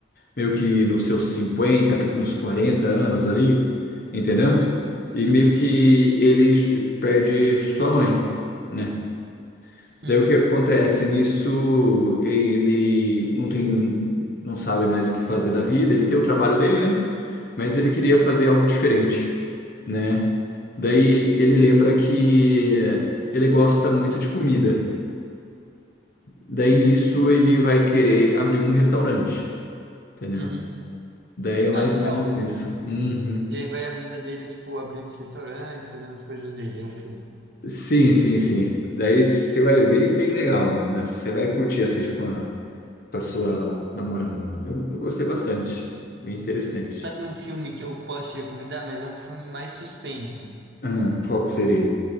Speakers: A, on the left (about 50°); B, on the right (about 65°).
A: meio que nos seus 50 nos 40 anos ali, entendeu?
B: Uhum,
A: E meio
B: uhum,
A: que ele perde sua mãe, né?
B: uhum,
A: Daí o que acontece? Nisso ele não tem, não sabe mais o que fazer da vida. Ele tem o trabalho dele, né? Mas ele queria fazer algo diferente, né? Daí ele lembra que ele gosta muito de comida. Daí nisso ele vai querer abrir um restaurante, entendeu?
B: uhum.
A: Daí é mais
B: Ah, legal.
A: ou menos isso. Uhum.
B: E aí vai a vida dele, tipo, abrindo esse restaurante, fazendo as coisas dele. É o filme.
A: Sim, sim, sim. Daí você vai ver bem, bem legal, né? Você vai curtir assistir com com sua namorada. né? Eu, eu gostei bastante. Bem interessante.
B: Sabe um filme que eu posso te recomendar, mas é um filme mais suspense?
A: Ah, qual que seria?